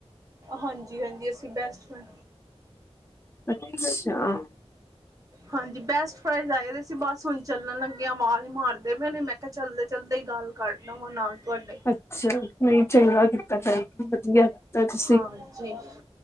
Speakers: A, on the right; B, on the left.
A: ਹਾਂਜੀ ਹਾਂਜੀ ਅਸੀਂ ਬੈਸਟ ਹਾਂ।
B: ਅੱਛਾਹ।
A: ਹਾਂਜੀ ਬੈਸਟ ਫਾਈਜ਼ ਆਏ ਵੀ ਸੀ ਬਸ ਹੁਣ ਚੱਲਣ ਲੱਗੇ ਆਵਾਜ਼ ਮਾਰਦੇ ਪਏ ਨੇ ਮੈਂ ਕਿਹਾ ਚੱਲਦੇ ਚੱਲਦੇ ਹੀ ਗੱਲ। ਕਰ ਲਵਾਂ ਨਾਲ ਤੁਹਾਡੇ
B: ਅੱਛਾ। ਨਹੀਂ ਚੰਗਾ ਕੀਤਾ ਭੈਣ ਜੀ ਵਧੀਆ ਕੀਤਾ ਤੁਸੀਂ
A: ਹਾਂਜੀ।